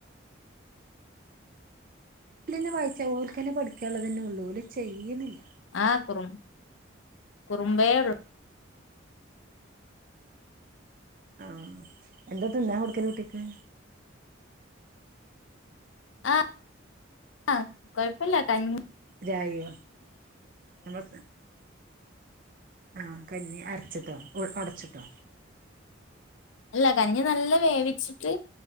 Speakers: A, on the right (about 45°); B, on the left (about 75°).
A: ക്കെന്നെ വായിച്ച ഓൾക്കെന്നെ ന്നെ പഠിക്കാനുള്ളത്തന്നെ ഉള്ളൂലേ ചെയ്യുന്നില്ല
B: ആഹ് കുറുംകുറുമ്പേള്ളു
A: ആഹ് എന്താ തിന്നാൻ കൊടുക്കൽ കുട്ടിക്ക്?
B: ആഹ് ആഹ് കുഴപ്പില്ല കഞ്ഞ
A: രായിയോ ഞാ ആഹ് കഞ്ഞി അ ച്ച ട്ടോ ഒടച്ചട്ടോ
B: അല്ല കഞ്ഞി നല്ല വേവിച്ചിട്ട്